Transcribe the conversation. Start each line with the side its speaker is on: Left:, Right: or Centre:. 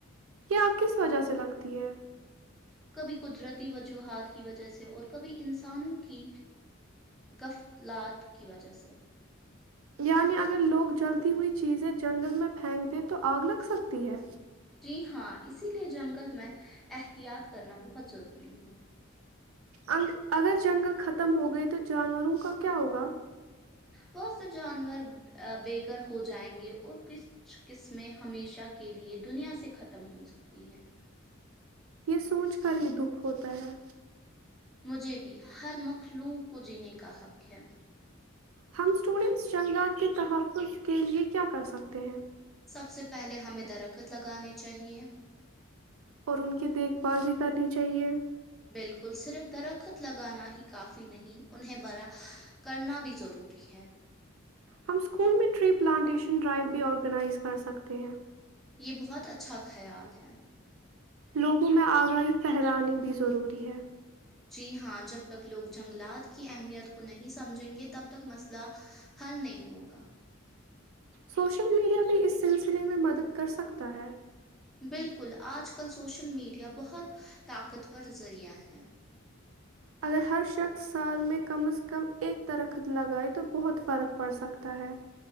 Right: یہ آ کس وجہ سے لگتی ہے
Centre: کبھی قدرتی وجوہات کی وجہ سے اور کبھی انسانوں کی غفتلات کی وجہ سے
Right: یعنی اگر لوگ جلتی ہوئی چیزیں جنگل میں پھینک دیں تو آگ لگ سکتی ہے
Centre: جی ہاں اسی لیے جنگل میں احتیاط کرنا بہت ضروری ہے
Right: انگ- اگر جنگل ختم ہو گئی تو جانوروں کا کیا ہوگا
Centre: بہت سے جانور بے گھر ہو جائیں گے اور کچھ قسمیں ہمیشہ کے لئے دنیا سے ختم ہو سکتی ہیں
Right: یہ سوچ کر ہی دکھ ہوتا ہے
Centre: مجھے بھی ہر مخلوق کو جینے کا حق ہے
Right: ہم اسٹوڈنٹس جنگلات کے تحفظ کے لیے کیا کر سکتے ہیں
Centre: سب سے پہلے ہمیں درخت لگانے چاہیے
Right: اور ان کی دیکھ بھال بھی کرنی چاہیے
Centre: بالکل صرف درخت لگانا ہی کافی نہیں انہیں برا کرنا بھی ضروری ہے
Right: ہم اسکول میں ٹری پلانٹیشن ڈرائیو بھی آرگنائز کر سکتے ہیں
Centre: یہ بہت اچھا خیال ہے
Right: لوگوں میں آگاہی پھیلانے بھی ضروری ہے
Centre: جی ہاں جب تک لوگ جنگلات کی اہمیت کو نہیں سمجھیں گے تب تک مسئلہ حل نہیں ہوگا
Right: سوشل میڈیا بھی اس سلسلے میں مدد کر سکتا ہے
Centre: بالکل آج کل سوشل میڈیا بہت طاقتور ذریعہ ہے
Right: اگر ہر شخص سال میں کم از کم ایک درخت لگائے تو بہت فرق پڑ سکتا ہے